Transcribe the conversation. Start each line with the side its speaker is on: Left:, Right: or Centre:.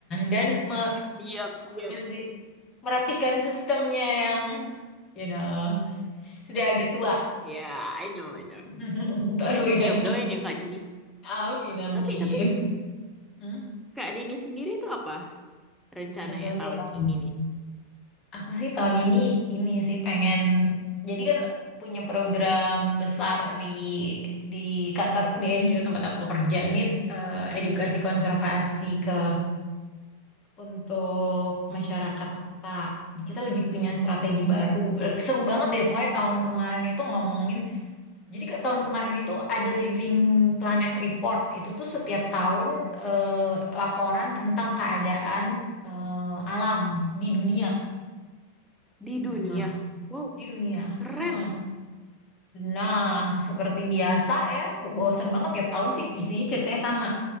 Left: dan me-
Centre: Siap, siap.
Left: apa sih, merapihkan sistemnya yang you know sudah agak tua
Centre: Ya, I know, I know.
Left: <laughs> tahu ya
Centre: Siap doain ya Kak Dini.
Left: amin amin
Centre: Tapi, tapi
Left: hmm?
Centre: Kak Dini sendiri tuh apa rencananya
Left: resolusi
Centre: tahun
Left: tahun
Centre: ini
Left: ini.
Centre: nih?
Left: aku sih tahun ini ini sih pengen jadi kan punya program besar di di kantor di NGO tempat aku kerja ini eh, edukasi konservasi ke untuk masyarakat kota. Jadi Kita lagi punya strategi baru. Eh, Seru banget deh, pokoknya tahun kemarin itu ngomongin. Jadi ke tahun kemarin itu ada Living Planet Report. Itu tuh setiap tahun eh, laporan tentang keadaan eh, alam di dunia.
Centre: Di dunia.
Left: Nah,
Centre: Wow,
Left: di dunia.
Centre: keren.
Left: Heeh. Nah, seperti biasa ya, bosan banget tiap tahun sih isinya ceritanya sama.